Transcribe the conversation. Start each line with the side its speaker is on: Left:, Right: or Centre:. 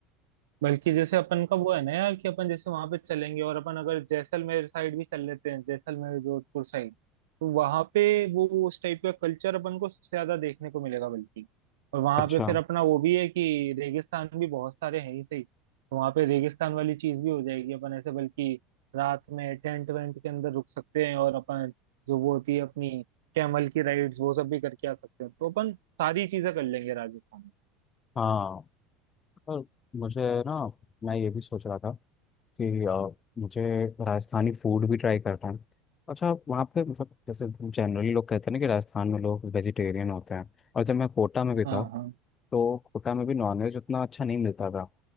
Right: बल्कि जैसे अपन का वो है ना यार कि अपन जैसे वहां पे चलेंगे और अपन अगर जैसलमेर साइड भी चल लेते हैं जैसलमेर जोधपुर साइड तो वहां पे वो उस टाइप का कल्चर अपन को सबसे ज्यादा देखने को मिलेगा बल्कि और वहां
Left: अच्छा
Right: पे फिर अपना वो भी है कि रेगिस्तान भी बहुत सारे हैं ही सही तो वहां पे रेगिस्तान वाली चीज भी हो जाएगी अपन ऐसे बल्कि रात में टेंट वेंट के अंदर रुक सकते हैं और अपन जो वो होती है अपनी कैमल की राइड्स वो सब भी करके आ सकते हैं तो अपन सारी चीजें कर लेंगे राजस्थान में।
Left: हाँ पर मुझे ना मैं ये भी सोच रहा था कि अ, मुझे राजस्थानी फूड भी ट्राई करना है अच्छा वहाँ पे मतलब जैसे जनरली लोग कहते हैं ना कि राजस्थान में लोग वेजिटेरियन होते हैं और जब मैं कोटा में भी था
Right: हाँ हाँ
Left: तो कोटा में भी नॉनवेज उतना अच्छा नहीं मिलता था